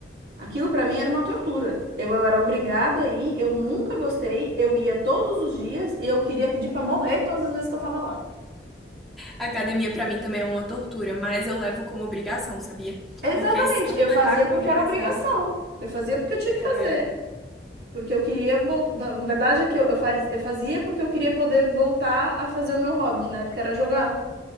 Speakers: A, on the right; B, in the centre.
A: aquilo para mim era uma tortura. Eu, eu era obrigada a ir, eu nunca gostei, eu ia todos os dias e eu queria pedir para morrer todas as vezes que eu tava lá.
B: A academia pra mim também é uma tortura, mas eu levo como obrigação, sabia?
A: Exatamente,
B: Porque se eu não
A: eu
B: levar
A: fazia
B: como
A: porque
B: obrigação,
A: era obrigação. Eu fazia porque eu tinha
B: é...
A: que fazer. Porque eu queria voltar. Na verdade, é que eu, eu faz- eu fazia porque eu queria poder voltar a fazer o meu hobby, que na época era jogar.